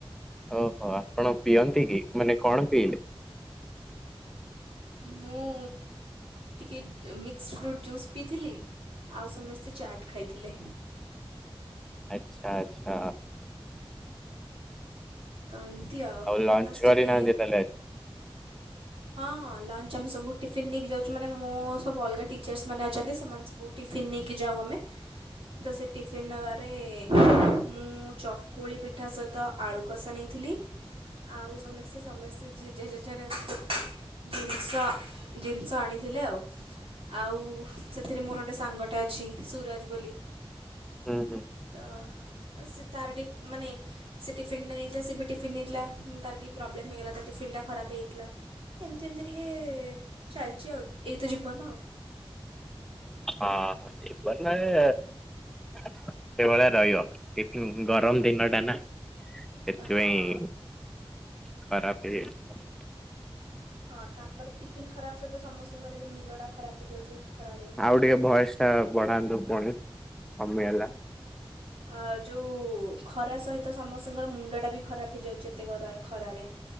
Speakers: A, in the centre; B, on the right.
A: ଓହୋ ଆପଣ ପିଅନ୍ତି କି, ମାନେ କଣ ପିଇଲେ?
B: ମୁଁ ଟିକିଏ ମିକ୍ସ ଫ୍ରୁଟ୍ ଜୁସ୍ ପିଇଥିଲି। ଆଉ ସମସ୍ତେ ଚାଟ ଖାଇଥିଲେ।
A: ଆଚ୍ଛା ଆଚ୍ଛା।
B: ତ ଏମତି ଆଉ
A: ଲଞ୍ଚ
B: ଆସ
A: କରିନାହାନ୍ତି
B: ଟିକେ
A: ତାହେଲେ ଆଜି?
B: ହଁ ହଁ ଲଞ୍ଚ ଆମେ ସବୁ ଟିଫିନ୍ ନେଇକି ଯାଉଛୁ ମାନେ ମୁଁ ସବୁ ଅଲଗା ଟିଚର୍ ମାନେ ଅଛନ୍ତି ସେମାନେ ସବୁ ଟିଫନ୍ ନେଇକି ଯାଉ ଆମେ ତ ସେ ଟିଫନ୍ ନବାରେ ମୁଁ ଚକୁଳି ପିଠା ସହିତ ଆଳୁ କଷା ନେଇଥିଲି। ଆଉ ସମସ୍ତେ ସମସ୍ତେ ଜେଝା ଜେଜାକ ଜିନିଷ ଜିନିଷ ଆଣିଥିଲେ ଆଉ। ଆଉ ସେଥିରେ ମୋର ଗୋଟିଏ ସାଙ୍ଗଟା ଅଛି ସୁରଜ ବୋଲି।
A: ହୁଁ ହୁଁ
B: ତ ସେ ତାର ଡି ମାନେ ସେ ଟିଫନ୍ଟା ନେଇଥିଲା ସେ ବି ଟିଫିନ୍ ନେଇଥିଲା ତାର ଟିକେ ପ୍ରୋବ୍ଲେମ୍ ହେଇଗଲା ତା ଟିଫିନ୍ଟା ଖରାପ ହେଇଥିଲା। ଏମିତି ଏମିତି ଟିକେ ଚାଲିଛି ଆଉ ଏଇ ତ ଜିବନ ଆଉ।
A: ହଁପ ନାରେ ସେଭଳିଆ ରହିବ। ଏମ୍ ଗରମ ଦିନ ଟା ନା ସେଥିପାଇଁ
B: ହଁ।
A: ଖରାପେ <unintelligible>
B: ହଁ ତାପରେ ଟିଫିିନ ଖରାପ ସହିତ ସମସ୍ତଙ୍କର ବି ମୁଣ୍ଡଟା ଖରାପ ହେଇଯାଉଛି ଖରାରେ
A: ଆଉ
B: ଗରମରେ।
A: ଟିକେ ଭଏସ ବଢାନ୍ତୁ ପୁଣି କମିଗଲା।
B: ଆ ଯୋଉ ଖରା ସହିତ ସମସ୍ତଙ୍କର ମୁଣ୍ଡଟା ବି ଖରାପ ହେଇଯାଉଛି ଏତେଗରା ଖରାରେ।